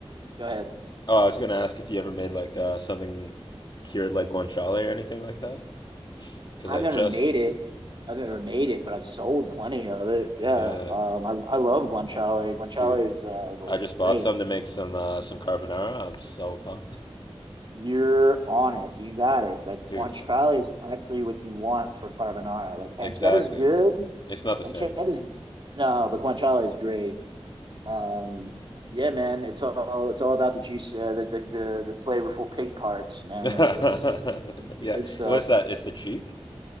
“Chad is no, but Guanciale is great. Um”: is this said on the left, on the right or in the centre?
Right